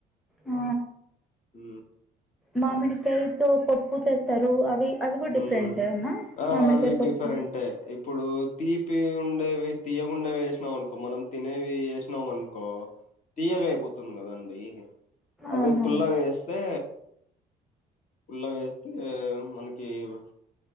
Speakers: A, in the centre; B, on the left.
A: ఆ
B: ఉ
A: మామిడికాయతో పప్పు చేస్తారు అవి అవి కూడా
B: హ్మ్
A: డిఫరెంటేనా
B: అవి
A: మామిడికాయ పప్పు
B: డిఫరెంటే ఇప్పుడు తీపి ఉండేవి తీయగున్నావేస్న్నా అనుకో మనం తినేవి వేస్నాం అనుకో తీయగా అయిపోతుంది. కదా అం అయి అవే
A: అవునవును
B: పుల్లగా వేస్తే పుల్లవేస్తే మనకు కేమ్